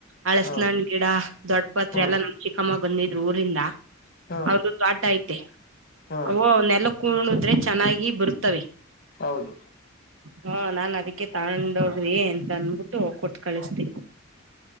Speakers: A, on the right; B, on the left.
A: ಅಳ್ಸನ್ಣ್
B: ಹಾ
A: ಗಿಡ ದೊಡ್ಡ ಪಾತ್ರೆ
B: ಹಾ
A: ಎಲ್ಲ ನಮ್ ಚಿಕ್ಕಮ್ಮ ಬಂದಿದ್ರು ಊರಿಂದ
B: ಹಾ
A: ಅವ್ದ ದ ತೋಟ ಐತೆ
B: ಹಾ
A: ಅ ನೆಲ ಕಣುದ್ರೆ ಚೆನ್ನಾಗಿ ಬರ್ತವೆ
B: ಹೌದು
A: ಹಾ ನಾನ್ ಅದಿಕ್ಕೆ ತಗೊಂಡವ್ರಿ ಅಂತ ಅಂದಬಿಟ್ಟು ಕೊಟ್ಟು ಕಳಿಸತೇ